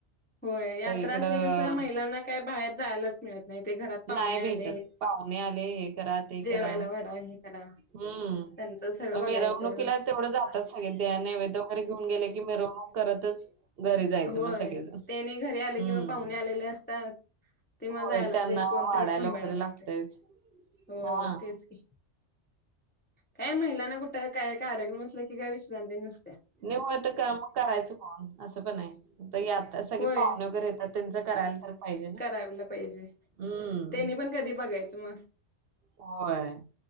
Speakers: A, on the left; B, on the right.
A: होय, यात्रा
B: सगळीकडं
A: असली कस महिलांना काय बाहेर, जायलाच मिळत. नाही ते घरात पाहुणे
B: नाही भेटत
A: आले
B: पाहुणे आले हे करा ते
A: जेवायला
B: करा,
A: वाढा हे करा
B: हम्म
A: त्यांचं सगळं
B: मग
A: बघायचं
B: मिरवणुकीला तेवढं जातात. सगळे नैवेद्य वगैरे घेऊन गेले की, मिरवणूक करतच घरी जायचं
A: होय
B: मग सगळेजण
A: त्यानी घरी आले किंवा
B: हम्म
A: पाहुणे आलेले असतात. ते मग
B: होय
A: जायलाच.
B: त्यांना वाढायला
A: कोणतरी थांबायला
B: वगैरे
A: लागतय
B: लागतेच,
A: हो
B: हा
A: तेच की काय महिलांना कुठं काय कार्यक्रम असला कि काय विश्रांती नसतेया.
B: निवांत काम करायचं कोण अस पण आहे बाई आता सगळे
A: होय
B: पाहुणे वगैरे येतात त्याचं करायला तर पाहिजे ना
A: करायला पाहिजे
B: हम
A: त्यांनी पण कधी बघायचं मग
B: होय